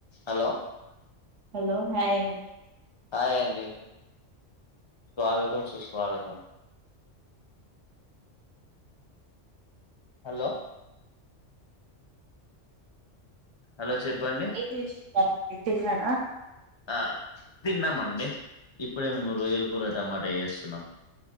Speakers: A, on the left (about 45°); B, on the right (about 75°).
A: Hello
B: hello hi అన్
A: hi అండి స్వాగతం సుస్వాగతం హాలో హలో చెప్పండి
B: ఏం చేస్తున్నారు తిన్నారా
A: ఆ తిన్నామ అండి ఇప్పుడే మేము రొయ్యలకూర టమాటా చేస్తున్నాం